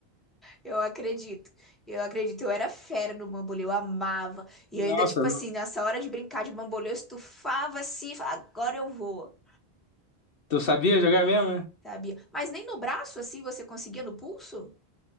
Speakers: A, in the centre; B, on the left.
A: Eu acredito. Eu acredito. Eu era fera no bambolê, eu amava. E
B: Nossa,
A: eu ainda, tipo
B: não.
A: assim, nessa hora de brincar de bambolê, eu estufava assim, e falava, agora eu vou.
B: Tu sabia jogar mesmo, né?
A: Sabia? Mas nem no braço, assim, você conseguia no pulso?